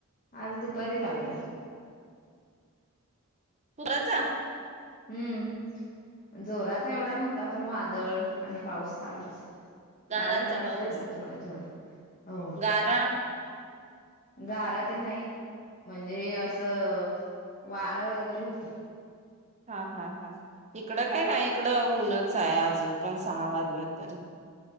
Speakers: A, on the left; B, on the right.
A: आज दुपारी लागला.
B: पुराचा,
A: हम्म जोराचा एवढा नव्हता पण वादळ आणि पाऊस चालूच
B: गारांचा
A: बारीक बारीक
B: पाऊस
A: पडला थोडा थोडा हो,
B: गारा
A: गारा ते नाही म्हणजे असं वारा वगैरे होता.
B: हा हा हा इकडं काय नाही, इकडं उऊनच आहे अजून पण सहा वाजले तरी.